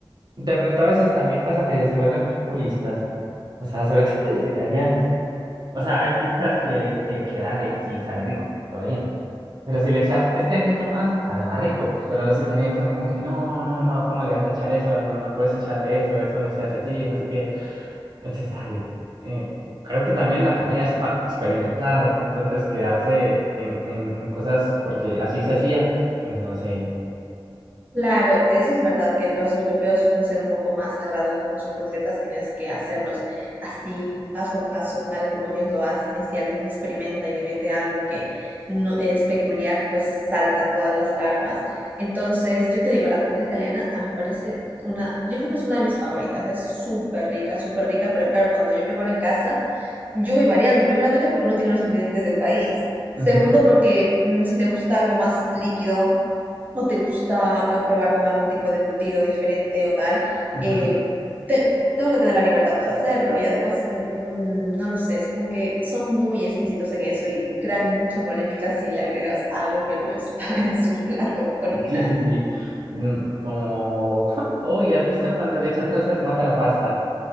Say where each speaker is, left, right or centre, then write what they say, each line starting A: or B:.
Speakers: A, on the right (about 50°); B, on the right (about 20°).
A: De pronto a veces también pasa que se vuelven muy puristas, o sea, sobre todo <laughs> los italianos. O sea, hay pizzas que, que, que dale, sí, sabe rico, todo bien. Pero si le echas este alguito más, sabe más rico. Pero los italianos son como que no, no, no, ¿cómo le vas a echar eso? No, no puedes echarle eso, eso no se hace así, no sé qué. Entonces, dale. Eh, creo que también la comida es para experimentar, entonces quedarse en, en, en cosas porque así se hacían, pues no sé.
B: Claro, eso es verdad que los europeos suelen ser un poco más cerrados con sus recetas, tienes que hacerlos así, paso a paso, tal como ellos lo hacen, y si alguien experimenta y le mete algo que no es peculiar, pues saltan todas las alarmas. Entonces, yo te digo, la comida italiana a mí me parece una, yo creo que es una de mis favoritas, es súper rica, súper rica, pero claro, cuando yo preparo en casa, yo voy variando, primeramente porque no tienen los ingredientes del país,
A: Ujú,
B: segundo porque mm, si te gusta algo más líquido, o te gusta eh, probar con algún tipo de embutido diferente o tal,
A: ujú.
B: eh, te- tengo que tener la libertad para hacerlo y además, eh, mm, no lo sé, es como que son muy exquisitos en eso y crean mucha polémica si le agregas algo que no está <laughs> en su plato original.
A: Sí, sí, sí. Mm, Como, <laughs> uy, ¿has visto cuando le echan salsa de tomate a la pasta?